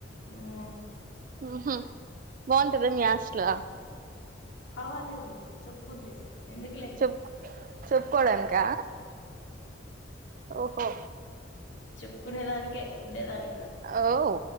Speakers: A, on the left (about 70°); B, on the right (about 45°).
A: ఉమ్
B: మ్ హు బాగుంటద మీ ఆస్ట్లో
A: పర్వాలేదు చెప్పుకుంటే ఎందుకులే
B: చెప్ చెప్పుకోడానికా ఓహో
A: చెప్పుకునే దానికే ఉండేదాని
B: అఓ